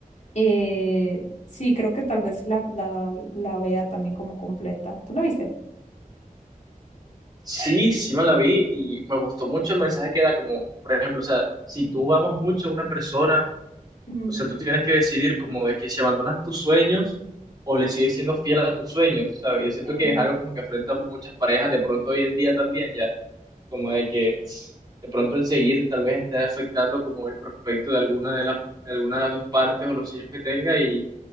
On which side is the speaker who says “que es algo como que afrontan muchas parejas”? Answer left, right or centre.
Right